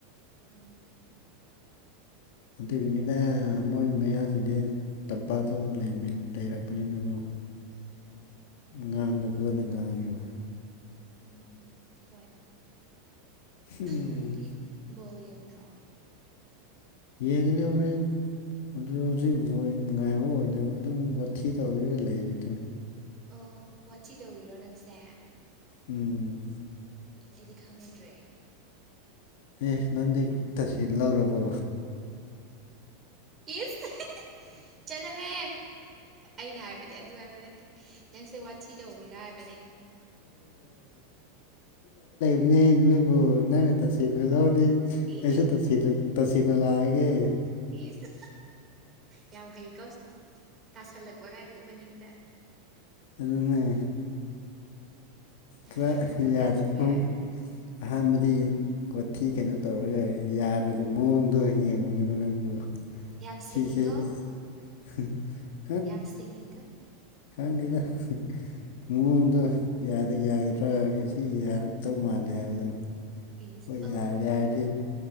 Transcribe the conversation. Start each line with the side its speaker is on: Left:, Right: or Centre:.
Right: ꯎꯝ꯫
Left: ꯑꯗꯨꯒꯤꯅꯤꯗ ꯃꯣꯏ ꯃꯌꯥꯡꯁꯤꯡꯗꯤ ꯇꯝꯄꯥꯛꯇ ꯂꯩꯃꯤꯟ ꯂꯩꯔꯛꯄꯅꯤꯅꯀꯣ
Right: ꯎꯝ꯫
Left: ꯉꯥꯡꯕꯗꯣ ꯐꯖꯅꯥ ꯉꯥꯡꯉꯦꯕ
Right: ꯎꯝ ꯍꯣꯏ
Left: ꯎꯝ
Right: ꯅꯪꯗꯤ ꯕꯣꯜ ꯌꯦꯡꯗ꯭ꯔꯣ
Left: ꯌꯦꯡꯒꯅꯤ ꯍꯣꯔꯦꯟ ꯑꯗꯨ ꯍꯧꯖꯤꯛ ꯕꯣꯜ ꯉꯥꯏꯕ ꯑꯣꯏꯅ ꯑꯗꯨꯝ ꯋꯥꯊꯤ ꯇꯧꯔꯤꯔ ꯂꯩꯔꯤꯗꯣ
Right: ꯑꯣ ꯋꯥꯊꯤ ꯇꯧꯔꯤꯔꯣ ꯅꯪꯁꯦ
Left: ꯎꯝ꯫
Right: ꯑꯩꯗꯤ ꯈꯪꯉꯨꯗ꯭ꯔꯦ
Left: ꯑꯦ ꯅꯪꯗꯤ ꯇꯁꯦꯡ ꯂꯧꯔꯕꯣ
Right: ꯏꯁ ꯆꯠꯂꫭꯍꯦ ꯑꯩꯅ ꯍꯥꯏ ꯕꯗꯤ ꯑꯗꯨ ꯍꯥꯏꯕ ꯅꯠꯇꯦ ꯅꯪꯁꯦ ꯋꯥꯊꯤ ꯇꯧꯔꯤꯔꯥ ꯍꯥꯏꯕꯅꯦ
Left: ꯅꯦ ꯅꯣꯏꯕꯨ ꯅꯪꯅ ꯇꯁꯦꯡꯅ ꯂꯧꯔꯗꯤ
Right: ꯏ
Left: ꯑꯩꯁꯨ ꯇꯁꯦꯡꯅ ꯇꯁꯦꯡꯅ ꯂꯥꯛꯑꯒꯦ
Right: ꯏꯁ ꯌꯥꯝ ꯍꯩꯀꯣ ꯇꯥꯁꯜꯂꯛꯄꯒꯗꯤ ꯃꯅꯤꯡꯗ
Left: ꯑꯗꯨꯅꯦ ꯈꯔ
Right: ꯅꯣꯏ ꯅꯆꯤꯟꯅꯥꯎ
Left: ꯌꯥꯗꯕ
Right: ꯀꯌꯥ ꯁꯨꯒꯦ
Left: ꯑꯍꯥꯟꯕꯗꯤ ꯀꯣꯊꯤ ꯀꯩꯅꯣ ꯇꯧꯔꯒ ꯌꯥꯔꯒ ꯃꯑꯣꯡꯗꯣ ꯌꯦꯡꯕꯅꯦꯕ ꯅꯪꯕꯨ
Right: ꯎꯝ ꯌꯥꯝ ꯁꯤꯡꯉꯤꯀꯣ
Left: ꯁꯤꯁꯦ <inaudible>
Right: ꯌꯥꯝ ꯁꯤꯡꯉꯤꯀꯣ
Left: ꯗꯦꯗꯥ ꯃꯥꯑꫭꯡꯗꯣ ꯌꯥꯗ ꯌꯥꯒꯗ꯭ꯔꯥ ꯑꯁꯤ ꯌꯥꯔꯛꯇꯧ ꯃꯥꯜꯂꯦ ꯍꯥꯏꯕꯗꯣ
Right: ꯏꯁ
Left: ꯍꯣꯏ
Right: ꯑꯧ
Left: ꯌꯥꯔꯦ ꯍꯥꯏꯔꯗꯤ